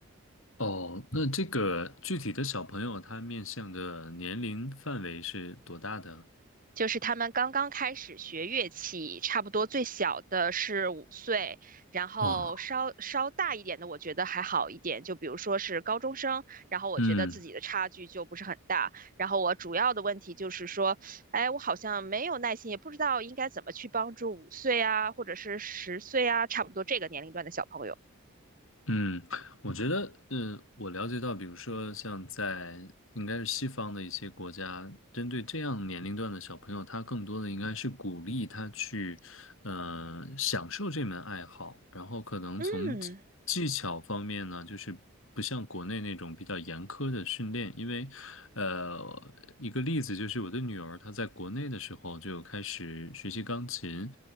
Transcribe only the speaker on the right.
就是他们刚刚开始学乐器，差不多最小的是五岁，然后稍稍大一点的，
我觉得还好一点，就比如说是高中生，然后我觉得自己的差距就不是很大。
然后我主要的问题就是说，哎，我好像没有耐心，也不知道应该怎么去帮助五岁啊，或者是十岁啊，差不多这个年龄段的小朋友，
嗯，